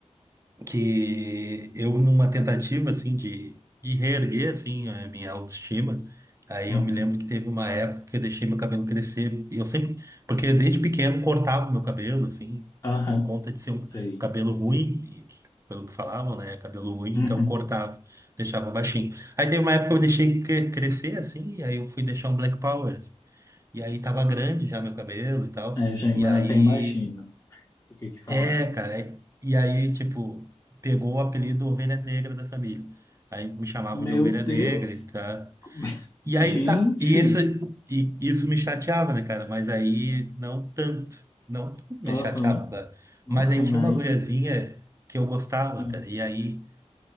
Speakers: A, on the right; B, on the left.
A: que eu numa tentativa assim de, de reerguer assim a minha autoestima, aí
B: uhum,
A: eu me lembro que teve uma época que eu deixei meu cabelo crescer, e eu sempre, porque desde pequeno cortava meu cabelo assim,
B: aham,
A: por conta de ser um
B: sei.
A: cabelo ruim, e que- pelo que falavam, né, cabelo ruim,
B: Uhum.
A: então cortava, deixava baixinho. Aí teve uma época que eu deixei cre- crescer assim, e aí eu fui deixar um Black Power. assim. E aí tava grande já meu cabelo e tal.
B: É, já ima-
A: E aí
B: até imagino o que que falaram.
A: é, cara. é- E aí, tipo, pegou o apelido Ovelha Negra da família. Aí me chamavam
B: Meu
A: de Ovelha
B: Deus!
A: Negra e tá.
B: <laughs>
A: E aí
B: Gente!
A: tá. E, esse, e isso me chateava, né, cara? Mas aí não tanto. Não tanto me
B: Aham.
A: chateava, claro.
B: Nossa,
A: Mas aí
B: mas
A: tinha uma guriazinha que eu gostava,
B: ah,
A: cara. E aí.